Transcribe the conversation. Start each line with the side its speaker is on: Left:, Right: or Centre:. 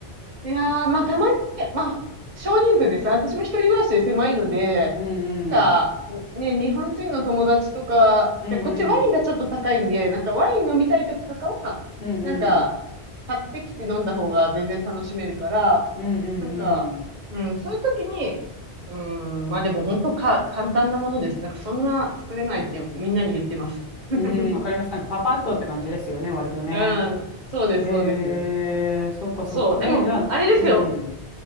Right: ん。いやー、まあ、たまにね、まあ、少人数です。私も一人暮らしで狭いので、
Left: んうん。
Right: なんか、ね、日本人の友達とか、
Left: うんうん。
Right: で、こっちワインがちょっと高いんで、なんかワイン飲みたい時とかは、
Left: うんうん。
Right: なんか、買ってきて飲んだ方が全然楽しめるから、
Left: うんう
Right: なんか、
Left: んうん。
Right: うん、そういう時に、うん、まあでも本当か、簡単なものですね。なんかそんな作れないってみんなに言ってます。<laughs>
Left: うん、わかります。なんかパパッとって感じですよね、割とね。
Right: うん、そうです、
Left: へえ、
Right: そうです。
Left: そっかそっか。
Right: そう。でも、
Left: え、じゃあ、
Right: あれですよ。
Left: うんうん。